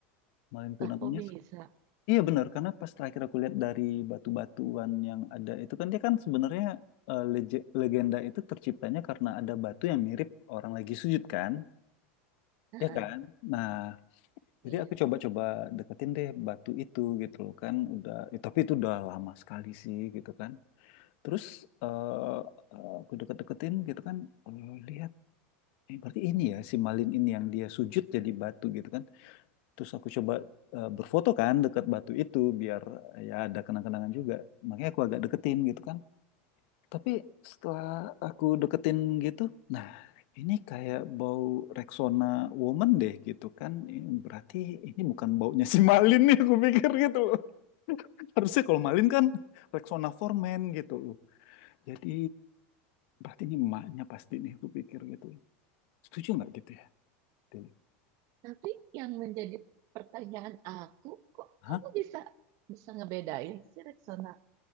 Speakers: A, on the left (about 65°); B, on the right (about 55°).
A: Malin Kundangnya,
B: Ah kok bisa?
A: su- iya benar, karena pas terakhir aku lihat dari batu-batuan yang ada itu kan dia kan sebenarnya eh, lege- legenda itu terciptanya karena ada batu yang mirip orang lagi sujud kan,
B: Heeh.
A: ya kan? Nah,
B: Iya.
A: jadi aku coba-coba deketin deh batu itu gitu loh kan, udah, eh, tapi itu udah lama sekali sih gitu kan. Terus eh, eh, aku deket-deketin gitu kan, eh, lihat Eh, berarti ini ya si Malin ini yang dia sujud jadi batu gitu kan. Terus aku coba eh, berfoto kan dekat batu itu biar eh, ya ada kenang-kenangan juga. Makanya aku agak deketin gitu kan. Tapi setelah aku deketin gitu, nah ini kayak bau Rexona Woman deh gitu kan. Ini berarti ini bukan baunya si Malin nih aku pikir gitu loh. <laughs> Harusnya kalau Malin kan Rexona Foreman gitu loh. Jadi berarti ini emaknya pasti nih aku pikir gitu. loh. Setuju nggak gitu ya? Deli?
B: Tapi yang menjadi pertanyaan aku, kok
A: Hah?
B: kamu bisa bisa ngebedain sih Rexona